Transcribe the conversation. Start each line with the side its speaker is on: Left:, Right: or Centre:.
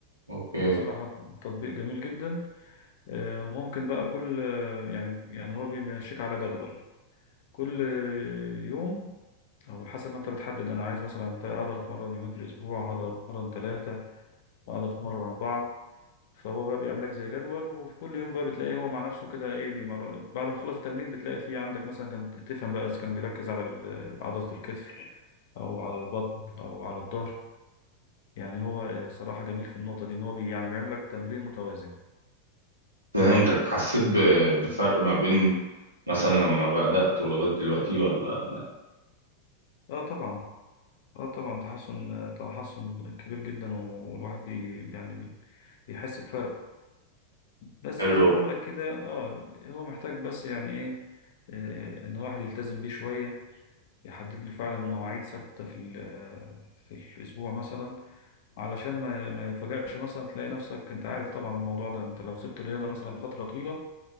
Right: اوكي
Left: هو صراحة تطبيق جميل جدا ممكن بقى كل يعني يعني هو بيمشيك على جدول كل يوم او حسب ما انت بتحدد انا عايز مثلا أنت هقدر اتمرن يومين في الاسبوع هقدر اتمرن ثلاثة هقدر اتمرن اربعة فهو بقى بيعمل لك زي جدول وفي كل يوم بقى بتلاقيه هو مع نفسه كده ايه بيمر بعد ما تخلص التمرين بتلاقي فيه عندك مثلا كان تفهم بقى اذا كان بيركز على ال- عضلة الكتف او على البطن او على الظهر يعني هو صراحة جميل في النقطة دي ان هو بي يعني بيعمل لك تمرين متوازن
Right: فهمتك حسيت ب- بفرق ما بين مثلا لما بدأت ولغاية دلوقتي ولا
Left: اه طبعا اه طبعا تحسن تحسن كبير جدا والواحد بي يعني بي- بيحس بفرق بس
Right: حلو
Left: زي ما بقول لك كده اه هو محتاج بس يعني ايه آه، ان الواحد يلتزم بيه شوية يحدد له فعلا مواعيد ثابتة في ال- في الاسبوع مثلا علشان ما ما يفاجئش مثلا تلاقي نفسك انت عارف طبعا الموضوع ده انت لو سبت الرياضة مثلا فترة طويلة